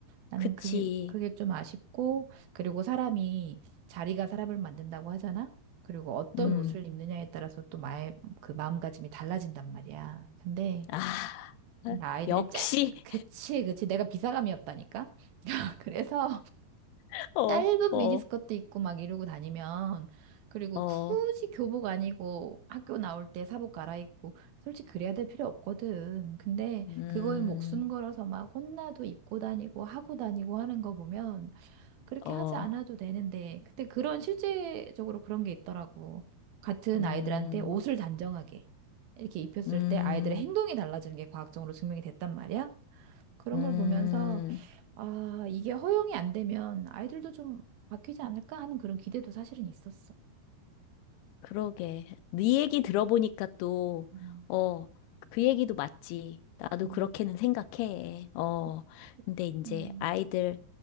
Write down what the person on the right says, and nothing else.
나는
그게, 그게 좀 아쉽고, 그리고 사람이, 자리가 사람을 만든다고 하잖아? 그리고 어떤
옷을 입느냐에 따라서 또 마의, 그 마음가짐이 달라진단 말이야. 근데,
근데 아이들이
짧, 그치, 그치. 내가 비사감이었다니까? <laughs> 그래서
짧은
미니스커트 입고 막 이러고 다니면, 그리고
굳이 교복 아니고 학교 나올 때 사복 갈아입고, 솔직히 그래야 될 필요 없거든. 근데
그거에 목숨 걸어서 막 혼나도 입고 다니고 하고 다니고 하는 거 보면, 그렇게
하지 않아도 되는데, 근데 그런 실제적으로 그런 게 있더라고. 같은
아이들한테 옷을 단정하게 이렇게 입혔을
때 아이들의 행동이 달라지는 게 과학적으로 증명이 됐단 말이야. 그런
걸 보면서, 아, 이게 허용이 안 되면 아이들도 좀 바뀌지 않을까 하는 그런 기대도 사실은 있었어.
음,
음,
그, 그,
음,